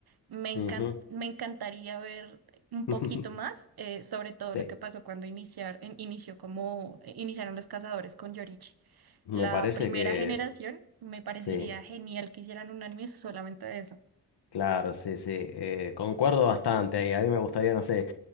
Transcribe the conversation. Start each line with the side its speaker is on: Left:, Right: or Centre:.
Right: Me encan-
Left: Ujú.
Right: me encantaría ver un
Left: <laughs>
Right: poquito más eh, sobre todo
Left: Sí,
Right: lo que pasó cuando iniciar, en- inició como eh, iniciaron los cazadores con Yorichi.
Left: me
Right: La
Left: parece
Right: primera
Left: que
Right: generación me parecería
Left: sí.
Right: genial que hicieran un anime solamente de eso.
Left: Claro, sí, sí, eh, concuerdo bastante ahí. A mí me gustaría, no sé,